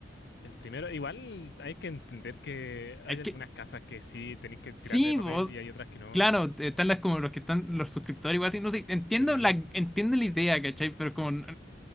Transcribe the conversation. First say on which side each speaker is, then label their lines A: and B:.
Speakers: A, on the left (about 60°); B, in the centre.
A: El primero, igual hay que entender que hay
B: Es
A: algunas
B: que
A: casas que sí tenéis que tirarle
B: sí,
A: el papel y hay otras que no.
B: Claro, están las como los que están los suscriptores igual así, no sé, entiendo
A: Sí.
B: la entiendo la idea, ¿cachai? Pero como n-